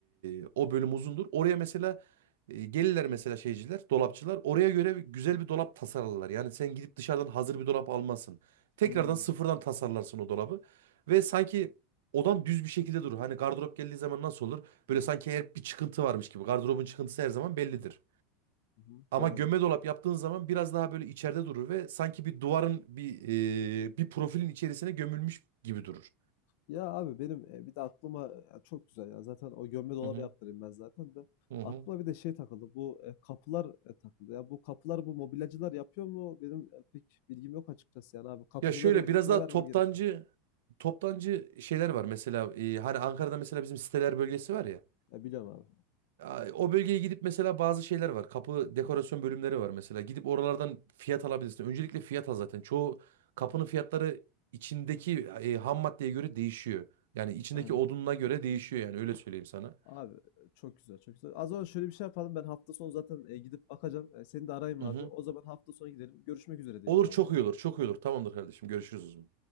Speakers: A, on the right (about 80°); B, on the left (about 50°).
A: e, o bölüm uzundur. Oraya mesela e, gelirler mesela şeyciler, dolapçılar. Oraya göre bir- güzel bir dolap tasarlarlar. Yani sen gidip dışarıdan hazır bir dolap almazsın. Tekrardan
B: Hımm.
A: sıfırdan tasarlarsın o dolabı. Ve sanki odan düz bir şekilde durur. Hani gardırop geldiği zaman nasıl olur? Böyle sanki her bir çıkıntı varmış gibi. Gardırobun çıkıntısı her zaman bellidir.
B: Hı hı.
A: Ama
B: Doğru.
A: gömme dolap yaptığın zaman biraz daha böyle içeride durur ve sanki bir duvarın bir e, bir profilin içerisine gömülmüş gibi durur.
B: Ya abi benim e, bir de aklıma ya çok güzel ya. Zaten o gömme dolabı
A: Hı hı.
B: yaptırayım ben zaten de.
A: Hı hı.
B: Aklıma bir de şey takıldı. Bu e, kapılar e, takıldı. Ya bu kapılar bu mobilyacılar yapıyor mu? Benim e, pek bilgim yok açıkçası yani abi. Kapıcıları
A: Ya şöyle biraz
B: kime
A: daha
B: vermem
A: toptancı
B: gerekiyor?
A: toptancı şeyler var mesela e, hani Ankara'da mesela bizim siteler bölgesi var ya.
B: Ya biliyorum abi.
A: A- O bölgeye gidip mesela bazı şeyler var. Kapı dekorasyon bölümleri var mesela. Gidip oralardan fiyat alabilirsin. Öncelikle fiyat al zaten. Çoğu kapının fiyatları içindeki e, ham maddeye göre değişiyor. Yani içindeki
B: Aynen.
A: odununa göre değişiyor yani öyle söyleyeyim sana.
B: Abi çok güzel, çok güzel. Az önce şöyle bir şey yapalım. Ben hafta sonu zaten e, gidip bakacağım. E, seni de arayayım
A: Hı
B: abi.
A: hı
B: O zaman hafta sonu gidelim. Görüşmek üzere diyelim
A: Olur
B: abi.
A: çok iyi olur. Çok iyi olur. Tamamdır kardeşim. Görüşürüz o zaman.